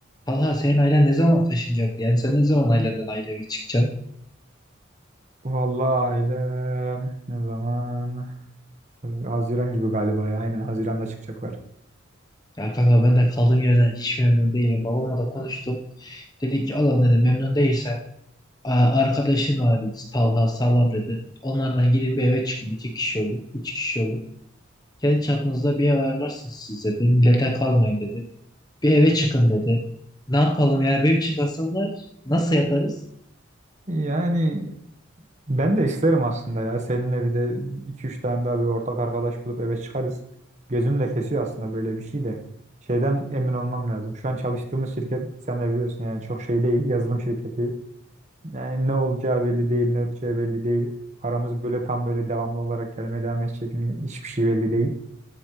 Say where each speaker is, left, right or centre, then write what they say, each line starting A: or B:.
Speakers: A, on the left; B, on the right.
A: Kanka senin ailen ne zaman taşınacak? Yani sen ne zaman ailenden ayrı eve çıkacaksın?
B: Vallahi ailem ne zaman? Haziran gibi galiba ya. Aynen Haziran'da çıkacaklar.
A: Ya kanka ben de kaldığım yerden hiç memnun değilim. Babamla da konuştum. Dedi ki oğlum dedi memnun değilsen "Aa, arkadaşın var dedi. Talha sağlam dedi. Onlardan gidin bir eve çıkın. iki kişi olur. Üç kişi olur. Kendi çapınızda bir ev ayarlarsınız siz dedi. Millete kalmayın dedi. Bir eve çıkın dedi. Ne yapalım yani benim çıkasım var. Nasıl yaparız?
B: Yani ben de isterim aslında ya. Seninle bir de iki üç tane daha bir ortak arkadaş bulup eve çıkarız. Gözüm de kesiyor aslında böyle bir şey de. Şeyden emin olmam lazım. Şu an çalıştığımız şirket sen de biliyorsun yani çok şey değil. Yazılım şirketi Yani ne olacağı belli değil, ne öteceği belli değil. Paramız böyle tam böyle devamlı olarak gelmeye devam edecek mi? Hiçbir şey belli değil.